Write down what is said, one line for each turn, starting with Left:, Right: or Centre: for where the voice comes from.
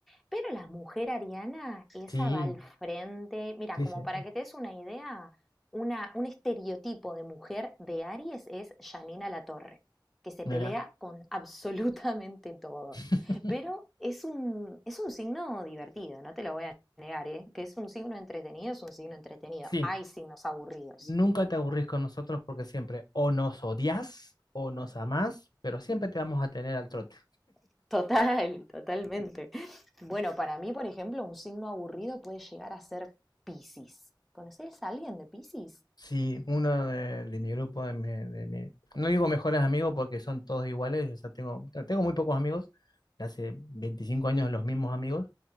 Centre: Pero la mujer ariana, esa
Left: sí,
Centre: va al frente. Mira,
Left: sí,
Centre: como
Left: sí,
Centre: para
Left: eh,
Centre: que te des una idea, una, un estereotipo de mujer de Aries es Janina Latorre, que se
Left: mira.
Centre: pelea con <laughs> absolutamente todos.
Left: <laughs>
Centre: Pero es un, es un signo divertido, no te lo voy a negar, ¿eh? Que es un signo entretenido, es un signo entretenido.
Left: Sí,
Centre: Hay signos aburridos.
Left: nunca te aburrís con nosotros porque siempre o nos odias o nos amás, pero siempre te vamos a tener al trote.
Centre: <laughs> Total, totalmente. Bueno, para mí, por ejemplo, un signo aburrido puede llegar a ser Piscis. ¿Conoces a alguien de Piscis?
Left: Sí, uno de, de mi grupo, de mi, de mi- no digo mejores amigos porque son todos iguales, o sea, tengo, tengo muy pocos amigos, hace 25 años los mismos amigos,